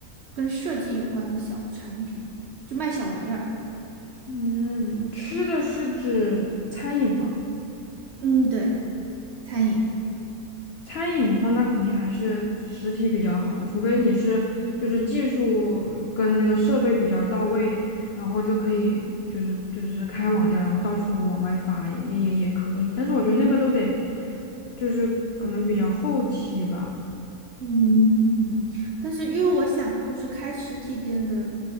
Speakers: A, on the right; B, on the left.
A: 跟设计有关的小的产品，就卖小玩意儿。
B: 嗯，吃的是指餐饮吗？
A: 嗯，对，餐饮。
B: 餐饮的话，那肯定还是实体比较好啊，除非你是就是技术跟那个设备比较到位，然后就可以就是就是开网店，然后到处往外发也也也也可以。但是我觉得那个都得就是可能比较后期吧。
A: 嗯，但是因为我想就是开实体店的，